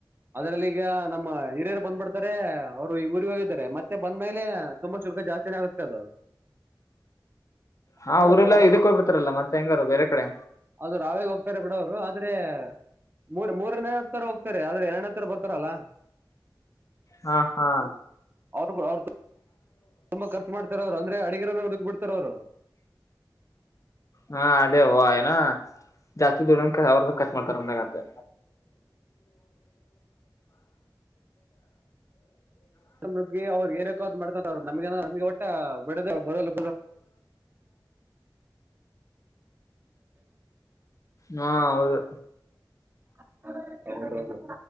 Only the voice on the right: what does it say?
ಅದ್ರಲ್ಲಿ ಈಗ ನಮ್ಮ ಹಿರಿಯರು ಬಂದ್ಬಿಡ್ತ ಅವ್ರು ಈ ಊರಿಗೆ ಹೋಗಾರೆ ಮತ್ತೆ ಬಂದ ಮೇಲೆ ತುಂಬಾ ಶುಲ್ಕ ಜಾಸ್ತಿನೇ ಆಗುತ್ತೆ ಅದು <unintelligible>
ಅವ್ರು
ಅದು ರಾವೇಗ ಹೋಗ್ತಾರೆ ಬಿಡ ಅವ್ರು ಆದ್ರೆ. ಮೂರ್ ಮೂರನೇ ಹತ್ತರ ಹೋಗ್ತಾರೆ ಆದ್ರೆ ಎರಡನೇ ತರ್ ಬರ್ತಾರಲ್ಲಾ.
ಅವ್ರು ಅವ್ ತುಂಬಾಖರ್ಚ ಮಾಡತ ಅವರು್ರ ಅಡಿರೇ ಹದದುಕ್ ಬಿಡ್ತಾರ ಅವರು.
<inaudible> ಗ್ಗಿ ಅವ್ರರು ಏರಬೇಕೇಕೋ ಅ ಮಾಡ್ಕತ ಅವ್ರರು ನಮಗೇನು ನಿಮ್ಗೆ ಒಟ್ಟ ಬಡದ ಬದಲ್
<inaudible> ಹೌದು ಹೌದು